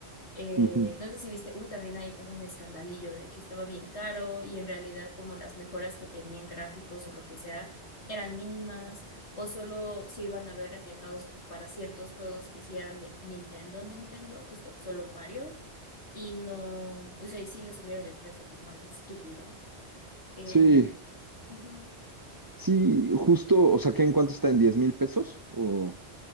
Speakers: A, on the left; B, on the right.
A: eh,
B: Ujú.
A: no sé si viste, hubo también ahí como un escandalillo de que estaba bien caro y en realidad como las mejoras que tenían gráficos o lo que sea eran mínimas o solo se iban a ver reflejados como para ciertos juegos que sí eran de Nintendo, Nintendo, justo solo Mario y no, o sea, y sí le subieron el precio como algo estúpido. Em,
B: Sí,
A: ujú.
B: sí, justo, o sea, ¿qué en cuánto está? ¿En diez mil pesos? ¿O